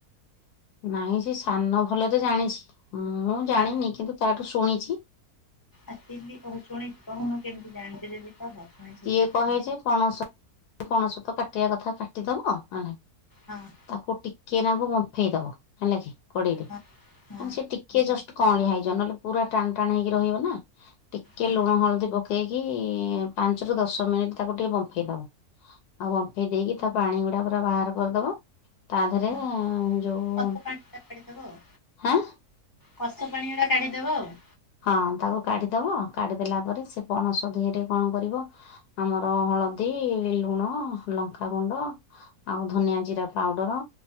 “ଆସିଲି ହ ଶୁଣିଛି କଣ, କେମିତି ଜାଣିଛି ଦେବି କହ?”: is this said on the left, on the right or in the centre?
Left